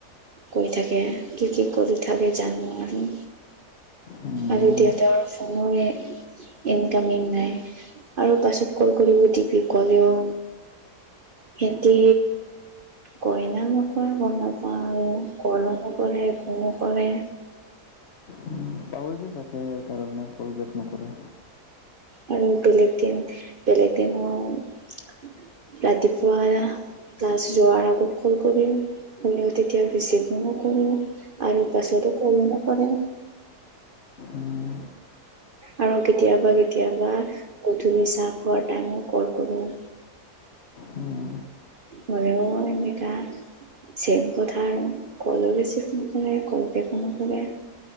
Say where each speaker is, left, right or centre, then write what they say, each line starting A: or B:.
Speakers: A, on the right; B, on the left.
A: কৈ থাকে কি কি কৰি থাকে জানো আমি।
B: উম,
A: আৰু দেউতাৰ ফোনৰো ইনকামিং নাই। আৰু পাছত কল কৰিব দিবি কলেও। সেতি। কয়না নকয় গম নাপাওঁ আৰু কলো‌ নকৰে একো নকৰে।
B: উম, পাহৰিছে চাগে সেই কাৰণে কল বেক নকৰে।
A: উম বেলেগ দিন বেলেগ দিনো- ৰাতিপুৱা ক্লাছ যোৱাৰ আগত কল কৰিম। হ'লেও তেতিয়া ৰিচিপো নকৰো আৰু পাছতো কলো নকৰে।
B: উম,
A: আৰু কেতিয়াবা। কেতিয়াবা গধূলি চাহ খোৱাৰ টাইমত কল কৰো।
B: উম।
A: হ'লেও এনেকা। চেম কথা আৰু কলো ৰিচিপ নকৰে কল বেকো নকৰে।